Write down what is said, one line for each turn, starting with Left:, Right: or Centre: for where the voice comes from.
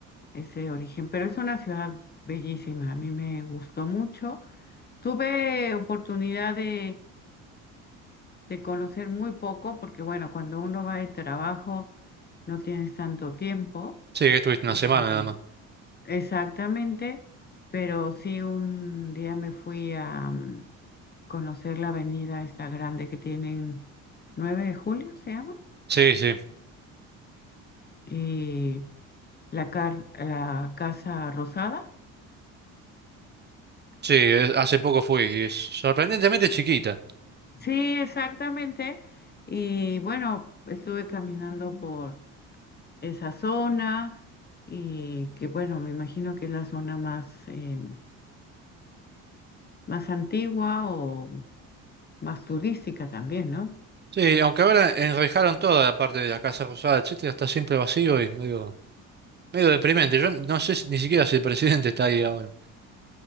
Left: ese origen, pero es una ciudad bellísima, a mí me gustó mucho. Tuve oportunidad de, de conocer muy poco porque bueno, cuando uno va de trabajo no tienes tanto tiempo.
Right: Sí, que estuviste
Left: Y
Right: una semana nada más.
Left: Exactamente, pero sí un día me fui a mm, conocer la avenida esta grande que tienen nueve de julio, se llama,
Right: Sí, sí,
Left: y la, car- la Casa Rosada.
Right: sí, es- hace poco fui y es sorprendentemente chiquita.
Left: Sí, exactamente. Y bueno, estuve caminando por esa zona y que bueno, me imagino que es la zona más, em, más antigua o más turística también, ¿no?
Right: Sí, aunque ahora enrejaron toda la parte de la Casa Rosada, etcétera, está siempre vacío y medio, medio deprimente. Yo no sé si- ni siquiera si el presidente está ahí ahora.